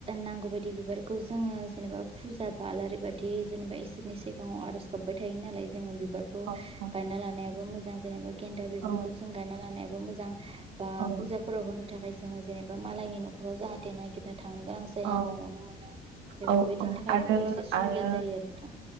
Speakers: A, on the right; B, on the right.
A: नांगौ बे बायदि बिबारखौ जोङो जेनेबा फुजा बा आलारि बा थि जेनेबा इसोरनि सिगाङाव आर'ज गाबबाय थायो नालाय जोङो बिबारखौ
B: औ औ
A: गायना लानायाबो मो जां जेनेबा गेन्दा बेफोरखौ
B: औ
A: जों गायना लानायाबो मोजां बा
B: औ
A: फुजाफोराव होनो थाखाय जोङो जेनेबा मालायनि न'खराव जाहाथे नागिरनो थांनो गोनां जाया
B: औ
A: न'आवनो बेफोरबायदिनि
B: औ औ
A: थाखायबो
B: आरो
A: एसे सुबिदा
B: आरो
A: जायो आरो नोंथां।